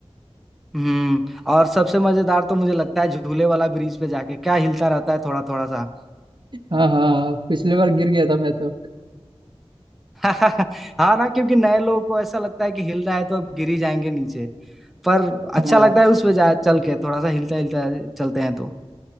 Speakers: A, in the centre; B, on the right.
A: हम्म और सबसे मजेदार तो मुझे लगता है झूले वाला ब्रिज पे जाके क्या हिलता रहता है थोड़ा थोड़ा सा
B: हाँ हाँ हाँ पिछली बार गिर गया था मैं तो
A: <laughs> हाँ ना क्योंकि नए लोगों को ऐसा लगता है कि हिल रहा है तो अब गिर ही जाएंगे नीचे पर अच्छा
B: हाँ
A: लगता है उस पे जा चल के थोड़ा सा हिलता हिलता चलते हैं तो